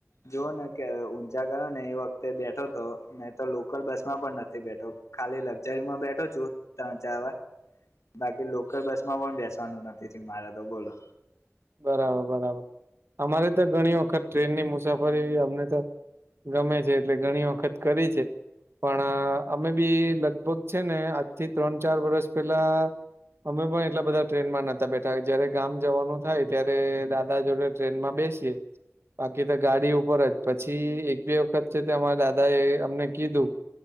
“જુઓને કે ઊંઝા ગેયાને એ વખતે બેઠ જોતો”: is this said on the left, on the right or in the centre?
Left